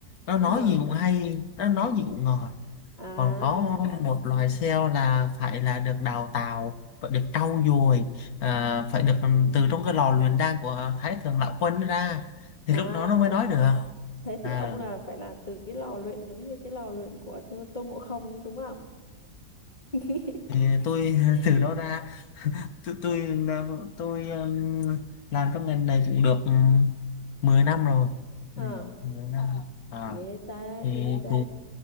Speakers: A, on the left (about 60°); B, on the left (about 25°).
A: nó nói
B: à
A: gì cũng hay nó nói gì cũng ngọt
B: à
A: còn có một loài
B: <laughs>
A: sale là phải là được đào tạo phải được trau dồi à, phải được ừm, từ trong cái lò luyện đan của Thái Thượng Lão Quân ra thì
B: à
A: lúc đó nó mới nói được
B: Thế thì
A: à,
B: ông là phải là từ cái lò luyện giống như cái lò luyện của Tô, Tô Ngộ Không ấy đúng không? <laughs>
A: thì tôi <laughs> từ đó ra tôi tôi là- tôi um, làm trong ngành này cũng được um, 10 năm rồi
B: À,
A: ừ, 10 Ờ, năm à
B: ghê ta,
A: thì,
B: ghê ta.
A: thì